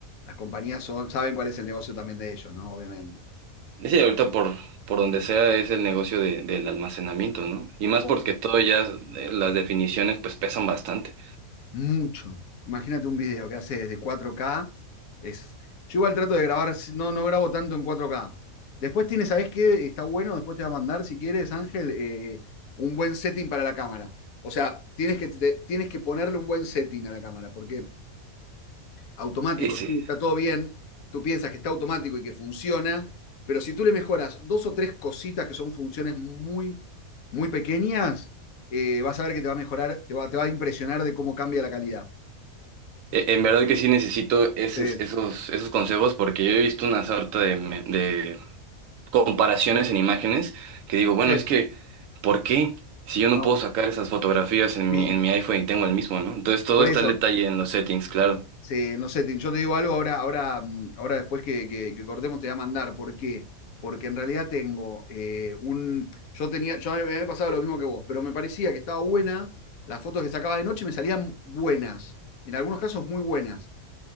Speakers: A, on the left; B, on the right.
A: las compañías son, saben cuál es el negocio también de ellos, ¿no? Obviamente.
B: Sí, ahorita por, por donde sea es el negocio de, del almacenamiento, ¿no? Y más
A: Oh.
B: porque todo ya, eh, las definiciones pues pesan bastante.
A: Mucho. Imagínate un video que hace desde cuatro k Es... Yo igual trato de grabar, si, no, no grabo tanto en cuatro k Después tienes ¿sabes qué? Está bueno, después te va a mandar, si quieres, Ángel, eh, un buen setting para la cámara. O sea, tienes que, te, tienes que ponerle un buen setting a la cámara, porque automático,
B: Ese,
A: sí, está todo bien, tú piensas que está automático y que funciona, pero si tú le mejoras dos o tres cositas que son funciones muy, muy pequeñas, eh, vas a ver que te va a mejorar, te va, te va a impresionar de cómo cambia la calidad.
B: e- en verdad que sí necesito esos,
A: Sí,
B: esos, esos consejos porque yo he visto una sarta de, me- de comparaciones en imágenes que digo, bueno,
A: sí,
B: es que, ¿por qué? Si yo no
A: no,
B: puedo sacar esas fotografías en
A: sí,
B: mi, en mi iPhone y tengo el mismo, ¿no? Entonces todo
A: por
B: está
A: eso.
B: el detalle en los settings, claro.
A: Sí, no sé, Tim, yo te digo algo ahora, ahora, mm, ahora después que, que- que cortemos te voy a mandar. ¿Por qué? Porque en realidad tengo eh, un. Yo tenía, yo me me había pasado lo mismo que vos, pero me parecía que estaba buena. Las fotos que sacaba de noche me salían buenas. En algunos casos muy buenas.